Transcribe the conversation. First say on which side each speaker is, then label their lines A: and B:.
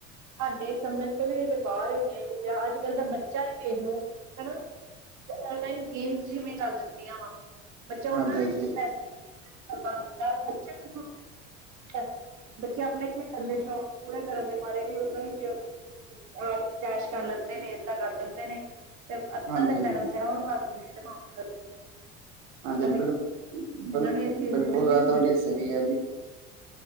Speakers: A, on the right; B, on the right.
A: ਹਾਡੈ ਸਮਝ ਤੋਂ ਵੀ ਅਜੇ ਬਾਹਰ ਹੈਗੀਆਂ ਏ ਚੀਜ਼ਾਂ ਅੱਜ-ਕੱਲ ਦਾ ਬੱਚਾ ਈ ਵੇਖ ਲੋ ਹੈਨਾ। ਔਨਲਾਈਨ ਗੇਮਸ ਜਿਵੇਂ ਚੱਲ ਜਾਂਦੀਆਂ ਵਾ ਬੱਚਾ ਉਹਨਾਂ
B: ਹਾਂਜੀ-ਹਾਂਜੀ,
A: ਵਿੱਚ ਵੀ ਪੈਸੇ ਕਰਵਾ ਦਿੰਦਾ ਬੱਚਿਆਂ ਨੂੰ ਥੋੜੀ ਨਾ ਇਹ ਚੀਜ਼ ਦਾ ਪਤਾ ਹੁੰਦਾ ਐ <inaudible> ਬੱਚੇ ਆਪਣੇ ਖੇਡਣ ਦੇ ਸ਼ੌਂਕ ਪੂਰੇ ਕਰਨ ਦੇ ਮਾਰੇ ਵੀ ਉਹਨਾਂ ਵਿੱਚ ਅਜ ਕੈਸ਼ ਕਰ ਲੈਂਦੇ ਨੇ ਏਦਾਂ ਕਰ ਦਿੰਦੇ ਨੇ ਤੇ ਅੱਧਾ
B: ਹਾਂਜੀ-ਹਾਂਜੀ,
A: ਦਿਨ
B: ਹਾਂਜੀ
A: ਪਹਿਲਾਂ ਸਿਆਹ
B: ਹਾਂਜੀ
A: ਉਡਵਾ ਦਿੰਦੇ ਮਾਂ ਪ ਦਾ <unintelligible>
B: ਹਾਂਜੀ
A: ਵੀ
B: ਬਿਲਕੁਲ
A: ਇਹਨਾਂ
B: ਬਿਲਕੁਲ
A: ਨੂੰ ਇਸ ਚੀਜ਼
B: ਬਿਲਕੁਲ
A: ਦੀ ਸਮਝ ਨਹੀਂ
B: ਗੱਲ
A: ਹੁੰਦੀ
B: ਤੁਹਾਡੀ ਸਹੀ ਐ ਜੀ